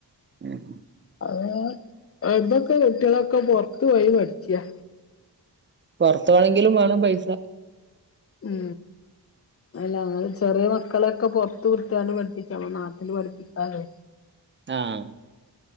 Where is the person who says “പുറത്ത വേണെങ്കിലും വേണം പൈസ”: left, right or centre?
Right